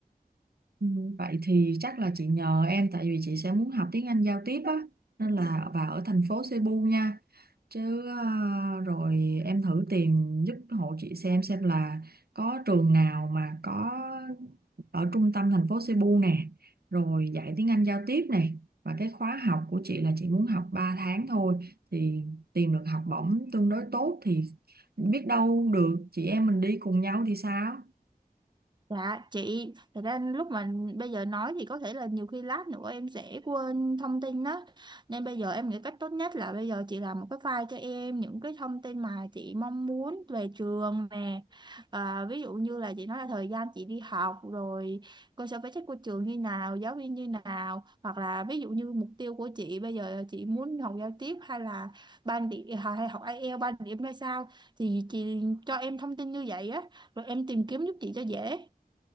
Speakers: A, on the right; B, on the right.
A: Ừ, Vậy thì chắc là chị nhờ em tại vì chị sẽ muốn học tiếng Anh giao tiếp á nên là và ở thành phố Cebu nha chứ à, rồi em thử tìm giúp hộ chị xem xem là có trường nào mà có ở trung tâm thành phố Cebu nè rồi dạy tiếng Anh giao tiếp này và cái khóa học của chị là chị muốn học 3 tháng thôi thì tìm được học bổng tương đối tốt thì biết đâu được chị em mình đi cùng nhau thì sao
B: Dạ chị, thật ra lúc mà bây giờ nói thì có thể là nhiều khi lát nữa em sẽ quên thông tin đó. Nên bây giờ em nghĩ cách tốt nhất là bây giờ chị làm một cái file cho em những cái thông tin mà chị mong muốn về trường nè. À, ví dụ như là chị nói là thời gian chị đi học rồi cơ sở vật chất của trường như nào, giáo viên như nào. Hoặc là ví dụ như mục tiêu của chị bây giờ chị muốn học giao tiếp hay là ban điểm hay học IELTS ban điểm ra sao thì chị cho em thông tin như vậy á rồi em tìm kiếm giúp chị cho dễ